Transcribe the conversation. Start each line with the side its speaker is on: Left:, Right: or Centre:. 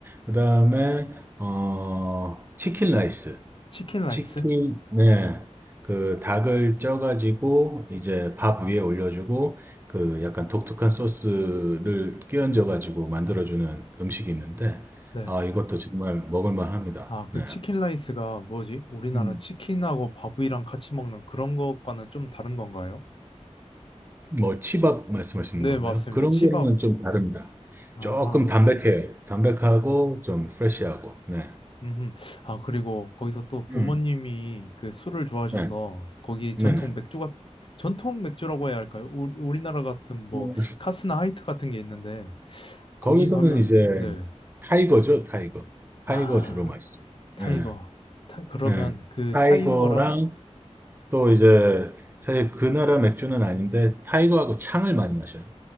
Right: 그다음에
Left: 네.
Right: 어 치킨 라이스
Left: 치킨 라이스?
Right: 치킨, 네. 그 닭을 쪄가지고 이제 밥 위에 올려주고 그 약간 독특한 소스를 끼얹어가지고 만들어주는 음식이 있는데
Left: 네.
Right: 아 이것도 정말 먹을만 합니다.
Left: 아, 그
Right: 네.
Left: 치킨 라이스가 뭐지? 우리나라
Right: 음.
Left: 치킨하고 밥이랑 같이 먹는 그런 것과는 좀 다른 건가요?
Right: 뭐 치밥 말씀하시는
Left: 네,
Right: 건가요?
Left: 맞습니다.
Right: 그런
Left: 치밥.
Right: 거랑은 좀 다릅니다.
Left: 아하.
Right: 조금 담백해요. 담백하고 좀 프레시하고. 네.
Left: 음, 아, 그리고 거기서 또 부모님이
Right: 음.
Left: 그 술을 좋아하셔서
Right: 네.
Left: 거기 전통
Right: 네네.
Left: 맥주가, 전통 맥주라고 해야 할까요? 우리, 우리나라 같은 뭐,
Right: 음.
Left: 카스나 하이트 같은 게 있는데, 거기
Right: 거기서는
Left: 가면,
Right: 이제
Left: 네.
Right: 타이거죠, 타이거. 타이거
Left: 아,
Right: 주로 마시죠.
Left: 타이거.
Right: 예.
Left: 타, 그러면
Right: 네.
Left: 그
Right: 타이거랑
Left: 타이거랑,
Right: 또 이제 사실 그 나라 맥주는 아닌데 타이거하고 창을 많이 마셔요.